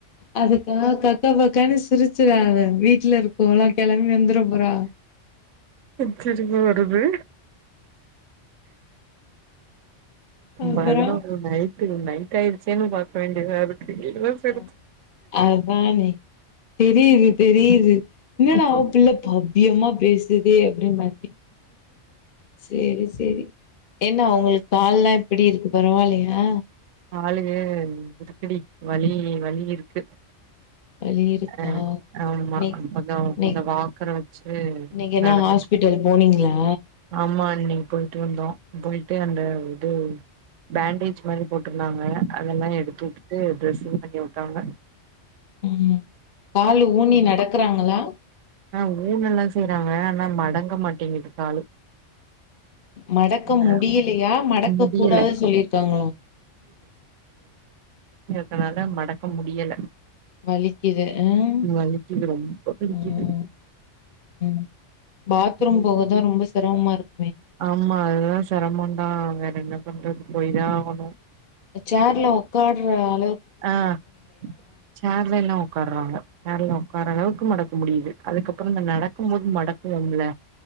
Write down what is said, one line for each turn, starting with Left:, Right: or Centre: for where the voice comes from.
Left: அதுக்காக கா க்கா பக்கானு சிரிச்சிராத வீட்ல இருக் க்றவங்ளா கெளம்பி வந்துர போறாக
Right: சிரிப்பு வருது
Left: அப்பறோ
Right: பதனொன்னு நைட் டு நைட் ஆயிருச்சேன்னு பாக்க வேண்டியதா இருக்கு இவ்ளோ சிரிப்பு
Left: அ அதானே தெரியுது தெரியுது என்னடா அவ பிள்ள பவ்யமா பேசுதே அப்டின் பாத்தே சேரி சேரி என்ன அவங்களுக்கு கால்லா எப்படி இருக்கு பரவால்லையா
Right: காலு இருக்குடி வலி வலி இருக்கு
Left: வலி இருக்கா
Right: அஹ ஆமா
Left: இன்னைக்
Right: கொஞ்சோ
Left: இன்னைக்
Right: அந்த வாக்கர வச்சுட்
Left: இன்னைக்கு என்ன
Right: நடந்து.
Left: ஹாஸ்பிட்டல் போனீங்களா
Right: ஆமாண்ணி. போயிட்டு வந்தோம் போயிட்டு அந்த இது பேண்டேஜ் மாரி போட்டுருந்தாங்க. அதெல்லா எடுத்துட்டுட்டு டிரேஸ் கிலீன் பண்ணிவிட்டாங்க.
Left: உம். காலு ஊனி நடக்குறாங்களா.
Right: ஆஹ ஊன்ன எல்லா செய்யறாங்க ஆனா மடங்க மாட்டிது காலு.
Left: மடக்க
Right: அந்த
Left: முடியலையா மடக்க
Right: முடியல
Left: கூடாது சொல்லிருக்காங்களா.
Right: அதனால மடக்க முடியல.
Left: வலிக்கிது உம்
Right: வலிக்குது ரொம்ப வலிக்குது
Left: உம். ம் உம் பாத்ரூம்
Right: ம்.
Left: போகதா ரொம்ப சி சிரம்மா இருக்.
Right: ஆமா அதுதா சிரமோ தான் வேற என்ன பண்றது. போய்தான் ஆகணும்.
Left: ச்சார்ல உக். உக்கார்ல.
Right: ஆஹ சேர்ல ல்லா உட்காருறாங்க சேர்ல உட்காரற அளவுக்கு மடக். முடியுது அதுக்கப்றோம் இந்த நடக்கும் போது மடக்கும்ல.